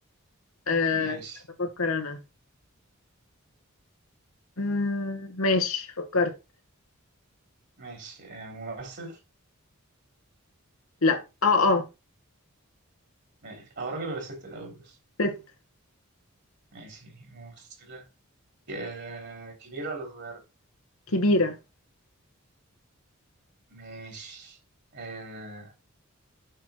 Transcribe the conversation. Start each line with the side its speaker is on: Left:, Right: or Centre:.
Left: آه
Right: ماشي
Left: استنى افكر انا مم، ماشي فكرت
Right: ماشي آه ممثل
Left: لا اه اه
Right: ماشي اه راجل ولا ست الاول بس
Left: ست
Right: ماشي ممثلة آه كبيرة ولا صغيرة
Left: كبيره
Right: ماشي آه